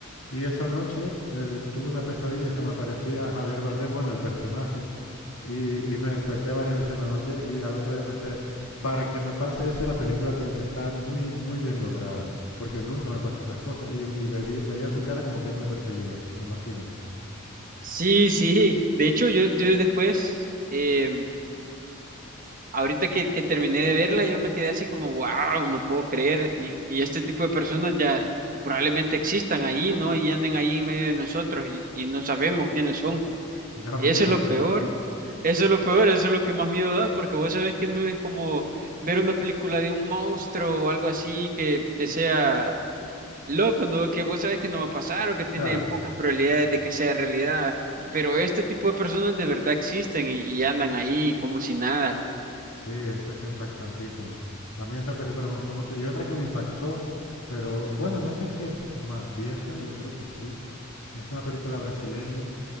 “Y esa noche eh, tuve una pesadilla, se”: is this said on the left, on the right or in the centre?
Left